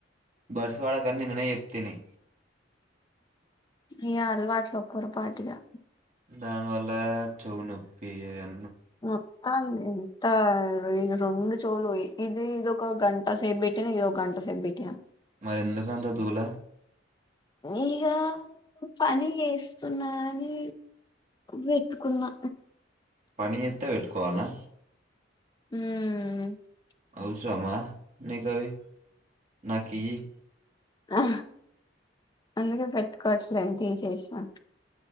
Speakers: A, on the right; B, on the left.
A: బడ్స్ వాడొద్దని నిన్ననే చెప్తిని
B: ఇ అలవాట్లో పొరపాటిగా
A: దాని వల్ల చెవు నొప్పి ఎవ
B: మొత్తం ఎంత ఇ రెండు చోవులు పోయినయ్ ఇది ఇది ఒక గంట సేపు పెట్టినా ఇదొక గంట సేపు పెట్టినా
A: మరి ఎందుకు అంత దూల
B: ఇగ పని చేస్తున్నా అని పెట్టుకున్నా
A: పని చేత్తే వెట్టుకోవాలా
B: ఉమ్
A: అవసరమా నీకవి నాకి
B: అ అందుకే పెట్టుకోవట్లే తీషేష్ న